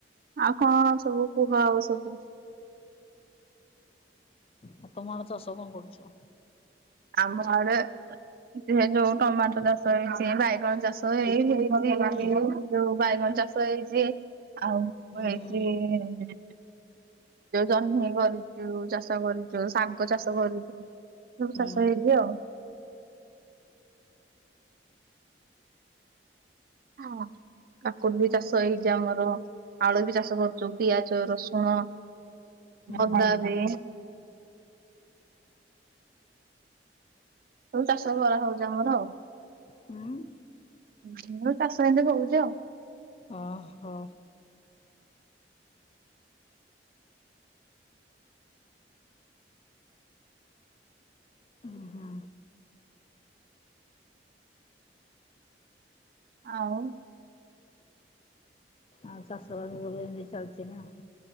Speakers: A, on the right (about 55°); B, on the left (about 35°).
A: ଆଉକଣ ସବୁକୁହ ଆଉସବୁ।
B: ଆ ତମଆଡ଼େ ଚାଷକଣ କରୁଚ।
A: ଆମଆଡ଼େ ହେଯୋଉ ଟମାଟୋ ଚାଷ ହେଇଚି ବାଇଗଣ ଚାଷ ହେଇନି <unintelligible>
B: ହୁଁ
A: ଯୋଉ ବାଇଗଣ ଚାଷ ହେଇଚି ଆଉ
B: ହୁଁ
A: କଣ ହେଇଚି
B: ହୁଁ
A: ଯୋଉ ଜହ୍ନି କରିଚୁ ଚାଷ କରିଚୁ ଶାଗ ଚାଷ କରି ଥିବ ଯୋଉଚାଷ
B: ହୁଁ
A: ହେଇଚି ଆଉ। ହଁ। କାକୁଡ଼ିବି ଚାଷ ହେଇଚି ଆମର ଆଳୁବି ଚାଷ କରୁଚୁ ପିଆଜ ରସୁଣ।
B: ହୁଁ
A: ଅଦା
B: ହୁଁ
A: ବି ସବୁ ଚାଷ କରାହଉଚି ଆମର ଆଉ।
B: ହୁଁ।
A: ମୂଳରୁ ଚାଷ ଏମିତି ହଉଚି ଆଉ।।
B: ଓହୋ। ହୁଁ ହୁଁ
A: ଆଉ।
B: ଆଉ ଚାଷବାସ ସବୁ ଏମିତି ଚାଲିଚିନା।